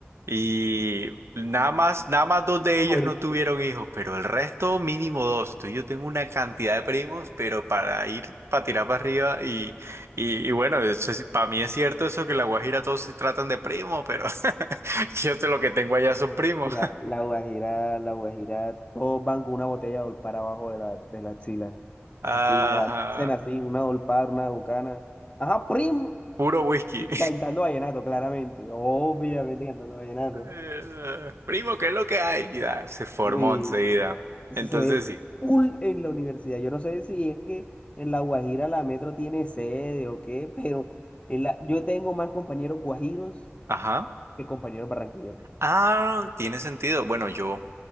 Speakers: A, on the right; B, on the left.
A: y nada más, nada más dos de ellos
B: fuerte.
A: no tuvieron hijos, pero el resto mínimo dos. Entonces yo tengo una cantidad de primos, pero para ir, para tirar para arriba y, y, y bueno, eso es- para mí es cierto eso que en La Guajira todos se tratan de primo, pero <laughs> yo sé lo que tengo allá son primos.
B: Mira, la guajira, la guajira, todos van con una botella de olpar abajo de la, de la axila.
A: <laughs> Ajá,
B: Así ya nacen así, una olpar, una bucana. Ajá, primo.
A: puro whisky.
B: Y cantando vallenato, claramente. Obviamente cantando vallenato.
A: Eh, primo, ¿qué es lo que hay? Y ya, se formó
B: ¿no? Y
A: enseguida.
B: eso
A: Entonces
B: se ve
A: sí.
B: full en la universidad. Yo no sé si es que en la Guajira la Metro tiene sede o qué, pero en la, yo tengo más compañeros guajiros
A: Ajá.
B: que compañeros barranquilleros.
A: Ah, tiene sentido. Bueno, yo.